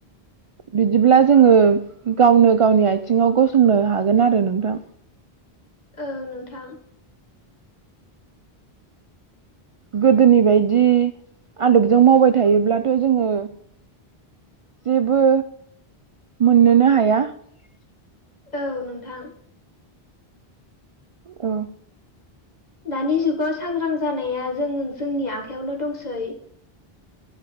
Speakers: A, on the right; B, on the left.
A: बिदिब्ला जोङो गावनो गावनि आथिङाव गसंनो हागोन आरो नोंथां ।
B: ओ नोंथां
A: गोदोनि बदि आदबजों मावबाय थायोब्लाथ' जोङो जेबो मोननोनो हाया ।
B: औ नोंथां
A: औ
B: दानि जुगाव सांग्रां जानाया जों जोंनि आखायावनो दंसै ।